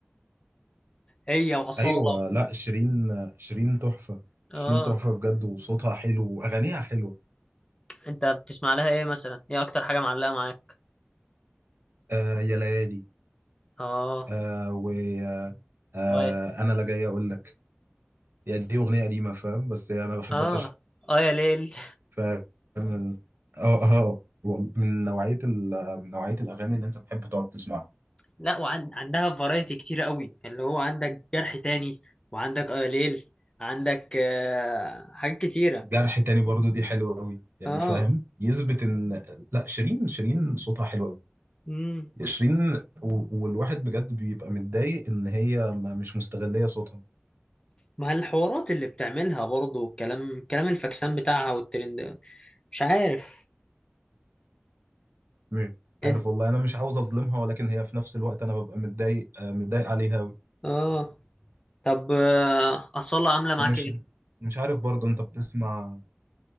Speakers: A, on the left; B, on the right.
A: هي واصالة
B: ايوه لا شيرين شيرين تحفه
A: اه
B: شيرين تحفه بجد وصوتها حلو واغانيها حلوه
A: انت بتسمع لها ايه مثلا ايه اكتر حاجة معلقة معاك
B: آه يا ليالي
A: اه
B: آه و آه آه،
A: اه
B: انا لا جاي اقول لك يعني دي اغنيه قديمه فاهم بس انا بحبها
A: اه
B: فشخ
A: اه يا ليل
B: فاهم ال- اه اه وال- من نوعيه ال- من نوعيه الاغاني اللي انت تحب تقعد تسمعها
A: لا وعندها فرايتي كتير قوي اللي هو عندك جرح تاني وعندك اه يا ليل عندك آه حاجات كتيرة
B: جرح تاني برضو دي حلوه قوي يعني
A: اه
B: فاهم يثبت ان لا شيرين شيرين صوتها حلو قوي
A: امم
B: شيرين و- والواحد بجد بيبقى متضايق ان هي ما- مش مستغلية صوتها
A: مع الحوارات اللي بتعملها برضو الكلام كلام الفاكسان بتاعها والترند مش عارف
B: مش
A: انت
B: عارف والله انا مش عاوز اظلمها ولكن هي في نفس الوقت انا ببقى متضايق آه، متضايق عليها أوي.
A: اه طب آه أصالة عاملة معاك
B: ومش
A: ايه
B: مش عارف برضه انت بتسمع